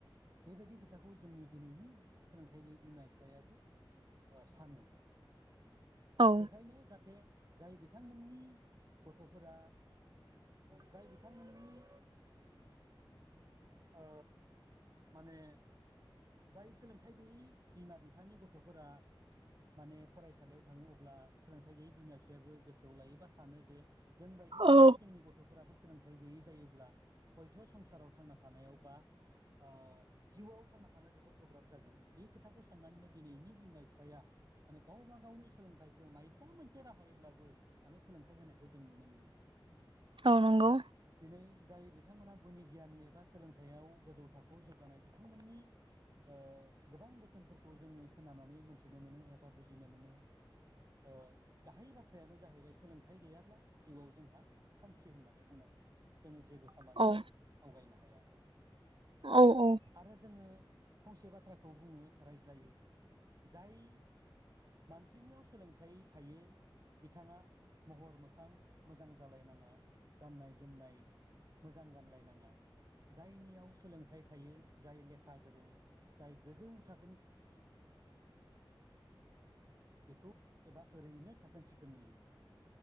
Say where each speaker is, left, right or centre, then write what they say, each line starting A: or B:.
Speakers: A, on the right; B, on the right.
A: बेबायदि खोथाखौ जोंनि दिनैनि सोलोंथाइ गैयै बिमा बिफायाबो सानो
B: औ
A: बेखायनो जाहाथे जाय बिथांमोननि गथ'फोरा जाय बिथांमोननि अ माने जाय सोलोंथाइ गैयै बिमा बिफानि गथ'फोरा। माने फरायसालियाव थांङो अब्ला सोलोंथाइ गैयि बिमा बिफायाबो गोसोआव लायो बा। सानो जे जोंबायदि
B: औ
A: जुदि जोंनि गथ'फोराबो सोलोंथाइ। थाय गैयै जायोब्ला हयथ' संसाराव थांना थानायाव बा। ओ जिउआव थांना थानो जोबोद गोब्राब जागोन बे खोथाखौ साननानैनो दिनैनि बिमा बिफाया माने गावबा गावनि सोलोंथाइखौ माबेबा मोनसे राहायोब्लाबो माने सोलोंथाइ होनायखौ जों नुनो मोनो।
B: औ नंगौ।
A: दिनै जाय बिथांमोना गुनि गियानि एबा सोलोंथाइयाव गोजौ थाखोआव जौगानाय बिथांमोननि। ओ गोबां बोसोनफोरखौ जोङो खोनानानै मोनथिनो मोनो एबा बुजिनो मोनो। ओ गाहाय बाथ्रायानो जाहैबाय सोलोंथाइ गैयाब्ला जिउआव जोंहा खोमसि होननानै बुंनांगोन। जोङो जेबो खामानियाव
B: औ
A: आवगायनो हाया।
B: औ औ।
A: आरो जोङो फंसे बाथ्राखौ बुङो रायज्लायो जाय मानसिनियाव सोलोंथाइ थायो। बिथाङा महर मोखां मोजां जालायनाङा गाननाय जोमनाय। मोजां गानलायनाङा। जायनियाव सोलोंथाइ थायो जाय लेखा गोरों जाय गोजौ थाखोनि बेखौ एबा ओरैनो साखोन सिखोन नुयो।